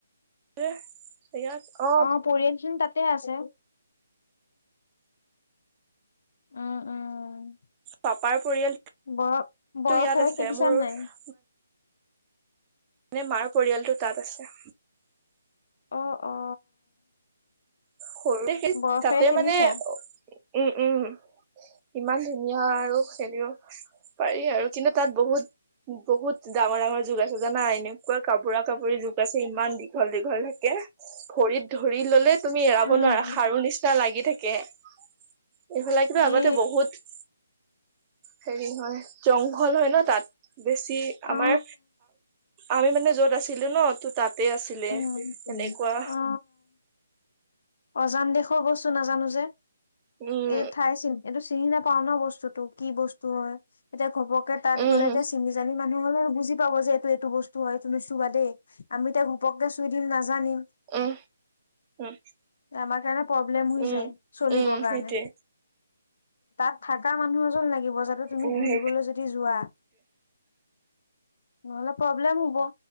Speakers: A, on the right (about 20°); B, on the left (about 55°).
A: যে। সেয়াত অহ'।
B: আমাৰ পৰিয়ালখিনিও তাতে আছে। উম', উম'।
A: পাপাৰ পৰিয়ালটো
B: বৰ বৰফেৰে
A: ইয়াত আছে,
B: খেলিছা
A: মোৰ।
B: নাই
A: নে মাৰ পৰিয়ালটো তাত আছে।
B: অ', অ'।
A: সৰুতে সেই
B: বৰফেৰে
A: তাতে
B: খেলিছা
A: মানে অ'। উম, উম, ইমান ধুনীয়া আৰু খেলিও। পাৰি আৰু কিন্তু তাত বহুত। বহুত ডাঙৰ ডাঙৰ যুক আছে জানা এনেকুৱা কাপোৰা কাপৰি যুক আছে ইমান দীঘল দীঘল থাকে। ভৰিত ধৰি ললে তুমি এৰাব।
B: উম
A: নোৱা খাৰু নিচিনা লাগি থাকে এইফালে কিন্তু
B: এ
A: আগতে বহুত। হেৰি হয় জংঘল হয় ন তাত বেছি আমাৰ।
B: অ
A: আমি মানে য'ত আছিলো ন তাতে আছিলে
B: উম
A: এনেকুৱা।
B: অ অজান দেশ গৈছো নাজানো যে।
A: উম।
B: এইটো ঠাই চিন এইটো চিনি নাপাও ন বস্তুটো কি বস্তু। হয় এতিয়া ঘপকে তাত
A: উম
B: গ'লে এতিয়া চিনি জানি। মানুহ হ'লে বুজি পাব যে এইটো এইটো বস্তু হয় এইটো নু চুবা দেই আমি এতিয়া ঘূপককে চুই দিম নাজানিম।
A: উম। উম
B: আমাৰ কাৰণে প্ৰব্লেম হৈ
A: উম
B: যায় চলিবৰ
A: উম
B: কাৰণে।
A: সেইটোৱে
B: তাত থকা মানুহ এজন লাগিব যাতে তুমি
A: উম
B: ঘুৰিবলৈ
A: সেইটোৱে
B: যদি যোৱা। নহ'লে প্ৰব্লেম হ'ব